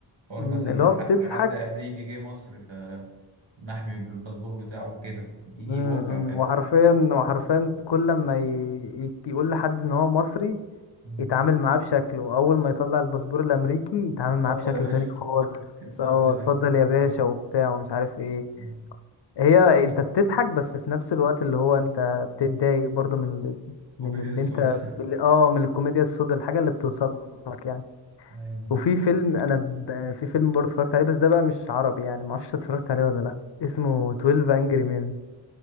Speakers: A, on the right; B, on the left.
A: حوار
B: أمم،
A: مثلا
B: اللي هو
A: ح-
B: بتضحك
A: حد أمريكي جه مصر فمحمي بالباسبور بتاعه وكده دي
B: أمم،
A: واقع
B: أمم،
A: فعلا
B: وحرفيا وحرفيا كل ما ي... يك- يقول لحد ان هو مصري
A: مم.
B: يتعامل معاه بشكل واول ما يطلع الباسبور الامريكي يتعامل
A: اتفضل
B: معاه بشكل
A: يا باشا
B: تاني خالص
A: <laughs> اتفضل
B: اه
A: يا
B: اتفضل
A: باشا
B: يا باشا وبتاع ومش عارف ايه
A: مم.
B: هي انت بتضحك بس في نفس الوقت اللي هو انت بتتضايق برضو من ال-
A: كوميديا
B: من اللي
A: السودا
B: انت
A: <laughs>
B: من اللي اه من الكوميديا السوداء الحاجه اللي بتوصل لك يعني
A: ايوه
B: وفي فيلم انا ب... في فيلم برضه اتفرجت عليه بس ده بقى مش عربي يعني ما اعرفش اتفرجت عليه ولا لا اسمه 12 انجري مان